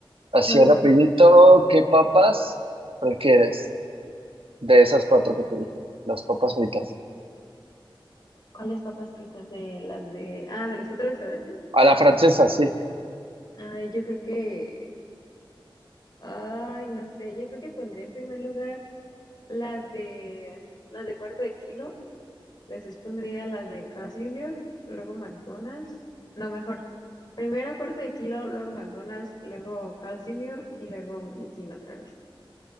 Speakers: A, on the right; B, on the left.
A: Así
B: No te
A: rapidito,
B: preocupes.
A: ¿qué papas prefieres de esas cuatro que te dije? Las papas fritas.
B: ¿Cuáles papas fritas de las de, ah, de los cuatro restaurantes?
A: A la francesa, sí.
B: Ay, yo creo que, ay, no sé, yo creo que pondría en primer lugar las de, las de cuarto de kilo, después pondría las de Carl's Jr., luego McDonald's, no, mejor, primero cuarto de kilo, luego McDonald's, luego Carl's Jr. y luego Burger King otra vez,